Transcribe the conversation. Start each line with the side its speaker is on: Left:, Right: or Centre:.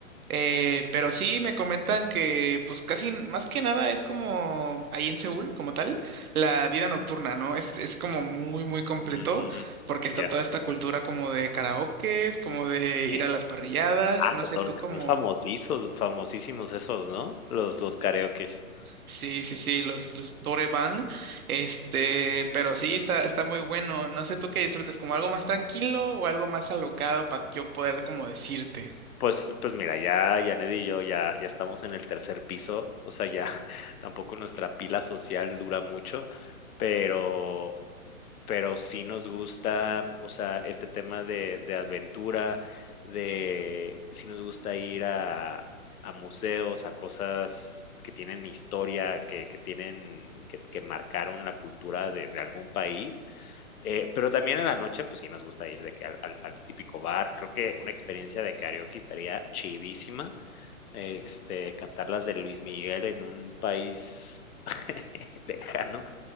Right: Eh, pero sí me comentan que, pues casi n- más que nada es como ahí en Seúl, como tal, la vida nocturna, ¿no? Es, es como muy, muy completo,
Left: Mm,
Right: porque está
Left: ya,
Right: toda esta cultura como de karaokes, como de
Left: sí.
Right: ir a las parrilladas,
Left: Ah,
Right: no
Left: que
Right: sé
Left: son
Right: tú como,
Left: que son famosísimos famosísimos esos, ¿no? Los los karaokes.
Right: sí, sí, sí, los, los Dorebang, este, pero sí está, está muy bueno. No sé tú qué disfrutes, como algo más tranquilo o algo más alocado para yo poder como decirte.
Left: Pues pues mira, ya Yaned y yo ya ya estamos en el tercer piso, o sea, ya <laughs> tampoco nuestra pila social dura mucho, pero pero sí nos gusta, o sea, este tema de, de aventura, de sí nos gusta ir a, a museos, a cosas que tienen historia, que, que tienen, que, que marcaron la cultura de, de algún país. Eh, pero también en la noche, pues sí nos gusta ir de que al, al- al típico bar. Creo que una experiencia de karaoke estaría chidísima. Este, cantar las de Luis Miguel en un país <laughs> lejano.